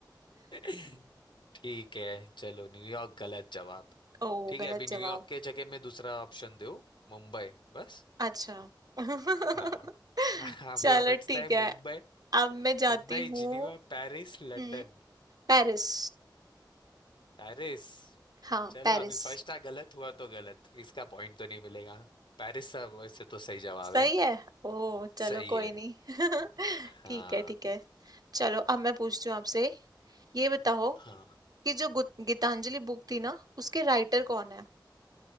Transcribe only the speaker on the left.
<laughs> ठीक है चलो न्यूयॉर्क गलत जवाब
ठीक
है अभी न्यूयॉर्क
के जगह में दूसरा ऑप्शन दो मुंबई बस
हाँ <laughs> अभी
और बचता
है
Mumbai
Mumbai
Geneva Paris London
Paris
चलो
अभी फर्स्ट था गलत हुआ तो गलत इसका पॉइंट तो नहीं मिलेगा पेरिस सब वैसे तो सही जवाब
है
सही
है
हाँ
हाँ